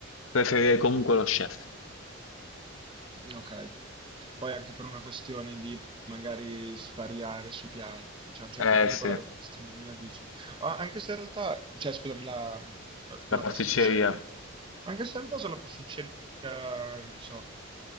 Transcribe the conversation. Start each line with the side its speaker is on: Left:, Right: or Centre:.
Left: preferirei comunque lo chef.
Right: Mm, Ok. Poi anche per una questione di magari svariare sui piatti, cioè a un certo
Left: Eh
Right: punto
Left: sì,
Right: la gastronomia dici, Ah, anche se in realtà, cioè scusami, la,
Left: la
Right: la
Left: pasticceria.
Right: pasticceria, anche se in realtà sulla pasticceria, non so,